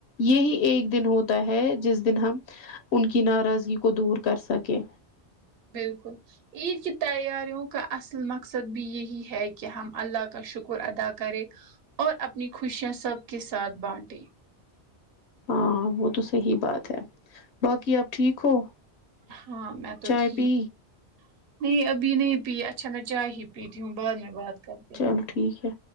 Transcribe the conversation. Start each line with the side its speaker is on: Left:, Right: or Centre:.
Left: یہی ایک دن ہوتا ہے جس دن ہم ان کی ناراضگی کو دور کر سکے
Right: بالکل عید کی تیاریوں کا اصل مقصد بھی یہی ہے کہ ہم اللہ کا شکر ادا کرے اور اپنی خوشیاں سب کے ساتھ بانٹے
Left: ہاں وہ تو صحیح بات ہے باقی آپ ٹھیک ہو
Right: ہاں میں تو
Left: چائے
Right: ٹھیک
Left: پی
Right: ہو نہیں ابھی نہیں پی اچھا چائے ہی پیتی ہوں بعد میں بات کرتے
Left: چلو ٹھیک ہے